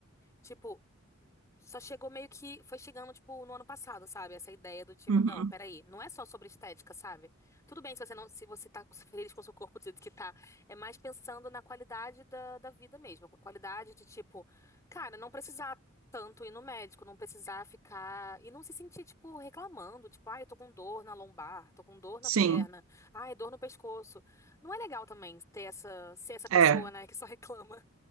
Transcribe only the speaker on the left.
Tipo, só chegou meio que. Foi chegando, tipo, no ano passado, sabe? Essa ideia do tipo,
não, peraí, não é só sobre estética, sabe? Tudo bem se você não, se você tá <laughs> feliz com o seu corpo do jeito que tá. É mais pensando na qualidade da, da vida mesmo. a Qualidade de, tipo, cara, não precisar tanto ir no médico, não precisar ficar. E não se sentir, tipo, reclamando, tipo, ai, eu tô com dor na lombar, tô com dor na
perna, ai, dor no pescoço. Não é legal também ter essa, ser essa pessoa,
né, que só <laughs> reclama.